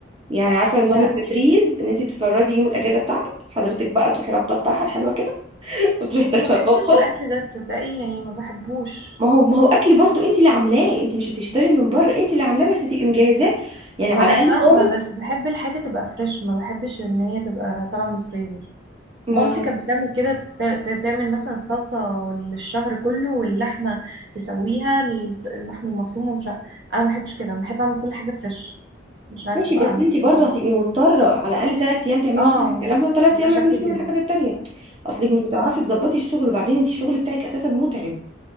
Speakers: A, on the right; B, on the right.
A: يعني عارفه
B: يا
A: نظام التفريز ان انت تفرزي يوم الاجازه بتاعتك حضرتك بقى تروحي رابطه الطرحه الحلوه كده <laughs> وتروحي
B: بس
A: داخله
B: ما بحبش
A: المطبخ
B: الاكل ده تصدقي يعني ما بحبوش
A: ما هو ما هو اكل برضو انت اللي عاملاه انت مش هتشتري من بره انت اللي عاملاه بس تبقي مجهزاه يعني
B: ما
A: على
B: انا
A: الاقل
B: فاهمه
A: خالص
B: بس بحب الحاجه تبقى فريش ما بحبش ان هي تبقى طالعه من الفريزر
A: ما
B: مامتي كانت بتعمل كده ت- ت- تعمل مثلا الصلصه للشهر كله واللحمه تسويها الت- اللحمه المفرومه مش عارف. انا ما بحبش كده أنا بحب اعمل كل حاجه فريش مش عارفه
A: ماشي
B: بقى
A: بس
B: اعمل
A: انت برضو
B: إيه.
A: هتبقي مضطره على الاقل ثلاث ايام تعملي
B: اه
A: فيهم الكلام ده وثلاث
B: ده
A: ايام
B: شكلي
A: اعملي فيهم
B: كده
A: الحاجات التانيه اصلك مش هتعرفي تظبطي الشغل وبعدين انت الشغل بتاعك اساسا متعب